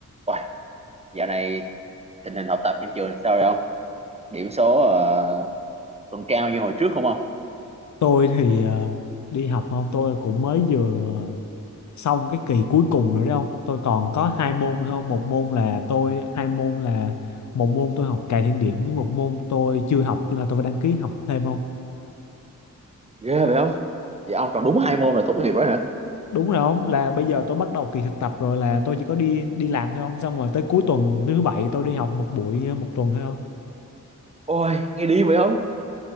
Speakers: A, on the right; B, on the left.
A: Uầy, dạo này tình hình học tập trên trường sao rồi ông? Điểm số ờ, còn cao như hồi trước không ông?
B: tôi thì ờ, đi học không tôi cũng mới vừa xong cái kỳ cuối cùng rồi đấy không tôi còn có hai môn nữa không một môn là tôi hai môn là một môn tôi học cài thiên điểm với một môn tôi chưa học cho nên là tôi phải đăng ký học thêm không
A: Ghê vậy không? Vậy ông còn đúng hai môn là tốt nghiệp rồi hả?
B: đúng rồi không là bây giờ tôi bắt đầu kỳ thực tập rồi là tôi chỉ có đi đi làm thôi không xong rồi tới cuối tuần thứ bảy tôi đi học một buổi ờ, một tuần thôi không
A: Ôi, nghe đi vậy không?